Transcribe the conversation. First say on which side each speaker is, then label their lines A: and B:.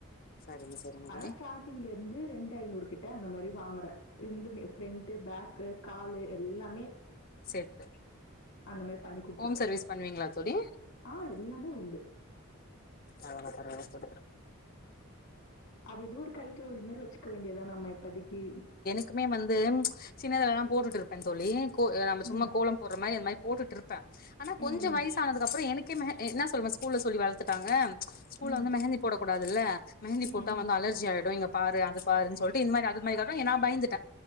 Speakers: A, on the left (about 40°); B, on the left (about 65°).
A: சரிங்க சரிங்க
B: ஆனா
A: தோழி
B: ஸ்டார்ட் டிங்ல இருந்து ரெண்டு ஐநூறு கிட்ட அந்த மாரி வாங்குறே ரெண்டுமே ஃப்ரண்ட் பேக்கு காலு எல்லாமே
A: சேத்து
B: அந்த மாரி பண்ணி குடுத்துருவேன்.
A: ஹோம் சர்வீஸ் பண்ணுவீங்ளா தோழி
B: ஆ எல்லாமே உண்டு
A: பரவால்ல பரவால்ல தோழி
B: அது எதோ ஒரு கைத்தொழில் மாரி வச்சுக்க வேண்டியதா நம்ம இப்பதக்கி
A: எக்குமே வந்து சின்னதால்லா போட்டுட்டு இருப்பே தோழி கோ நம்ப சும்மா
B: ம்.
A: கோலம் போடுற மாரி அந்த மாரி போட்டுட்டுருப் பே ஆனா கொஞ்சோ
B: ம்.
A: வயசானதுக்கப்றோ எனக்கே மெ என்ன சொல்ம ஸ்கூல்ல சொல்லி வளத்துட்டாங்க ஸ்கூல்ல
B: ம்.
A: வந்து மெஹந்தி போடக் கூடாதுல்ல மெஹந்தி
B: ம்.
A: போட்டா
B: ம்.
A: வந்து அலர்ஜி ஆயிடு இங்க பாரு அது பாருன் சொல்ட்டு இந்மாரி அது மாரி காட்ன நா பயந்துட்டே